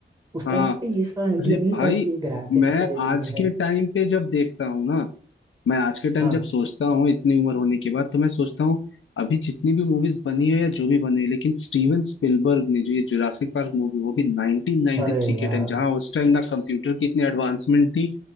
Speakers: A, on the right; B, on the left.
A: उस
B: हाँ
A: टाइम पे ये सारा आइडिया
B: अरे
A: नहीं
B: भाई
A: था कि ये ग्राफिक्स
B: मैं
A: है ये
B: आज
A: है
B: के टाइम पे जब देखता हूँ ना मैं आज के टाइम
A: हाँ
B: जब सोचता हूँ इतनी उम्र होने के बाद तो मैं सोचता हूँ अभी जितनी भी मूवीज बनी है या जो भी बनी है लेकिन स्टीवन स्पिलबर्ग ने जो ये जुरासिक पार्क मूवी वो भी 1993
A: अरे यार
B: के टाइम जहाँ उस टाइम ना कंप्यूटर की इतनी एडवांसमेंट थी